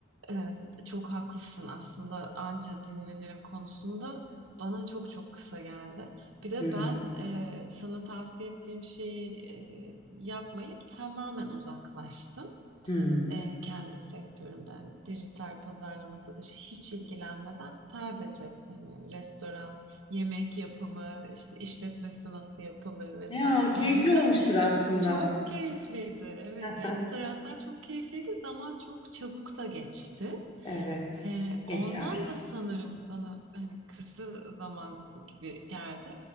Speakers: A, on the right; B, on the left.
A: Ee, çok haklısın aslında anca dinlenirim konusunda. Bana çok çok kısa geldi. Bir de
B: Hmm.
A: ben e, sana tavsiye ettiğim şeyi e, yapmayıp tamamen uzaklaştım.
B: Hmm.
A: e, kendi sektörümden dijital pazarlama satışı hiç ilgilenmeden sadece hani restoran, yemek yapımı, işte işletmesi nasıl yapılır vesaire
B: Ya keyifli
A: onlar
B: olmuştur aslında.
A: <laughs> çok keyifliydi. Evet
B: <laughs>
A: yani bir taraftan çok keyifliydi zaman çok çabuk da geçti.
B: Evet
A: Ee,
B: geçer
A: ondan da sanırım bana hani kısa zaman gibi geldi.